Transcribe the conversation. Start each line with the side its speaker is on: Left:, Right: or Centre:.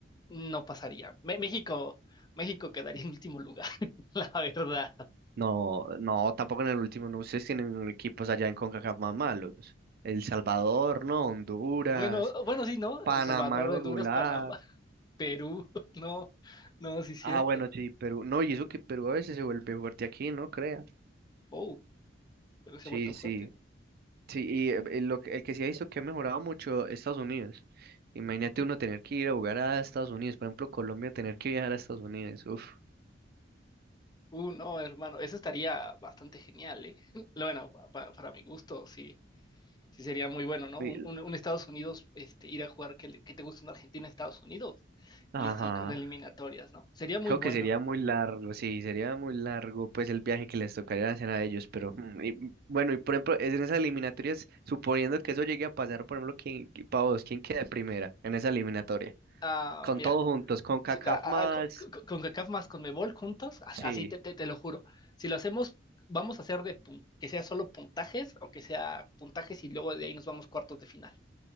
Left: no pasaría. Me- México, México quedaría en último lugar, <laughs> la verdad.
Right: no, no, tampoco en el último, no, ustedes tienen equipos allá en CONCACAF más malos. El Salvador, no, Honduras,
Left: Bueno, bueno, sí, ¿no?
Right: Panamá
Left: El Salvador,
Right: regular.
Left: Honduras, Panamá, <laughs> Perú, <laughs> no, no, sí es cierto.
Right: Ah, bueno, sí, Perú. No, y eso que Perú a veces se vuelve fuerte aquí, no crea.
Left: Oh. Pero
Right: Sí,
Left: se ha vuelto
Right: sí.
Left: fuerte.
Right: Sí, y eh, eh, lo, que- el que sí ha visto que ha mejorado mucho Estados Unidos. Imagínate uno tener que ir a jugar a Estados Unidos, por ejemplo, Colombia tener que viajar a Estados Unidos. Uf.
Left: Uh, no, hermano, eso estaría bastante genial, ¿eh? <laughs> Bueno, pa- pa- para mi gusto, sí, sí sería muy bueno, ¿no?
Right: Y-
Left: Un, un- un Estados Unidos, este, ir a jugar que, le- que te gusta una Argentina, Estados Unidos,
Right: Ajá.
Left: y así con las eliminatorias, ¿no? Sería muy
Right: Creo
Left: bueno.
Right: que sería muy largo, sí, sería muy largo pues el viaje que les tocaría hacer a ellos, pero mm, y, mm, bueno, y por ejemplo, es en esas eliminatorias, suponiendo que eso llegue a pasar, por ejemplo, ¿quién, qui- pa vos, quién queda de primera en esa eliminatoria?
Left: Ah,
Right: Con
Left: mira,
Right: todos juntos, con CACAF
Left: si- a- a-
Right: más,
Left: a- co- co- co- con CACAF más conmebol juntos, a-
Right: sí,
Left: así te, te- te lo juro. Si lo hacemos, vamos a hacer de pun- que sea solo puntajes o que sea puntajes y luego de ahí nos vamos cuartos de final.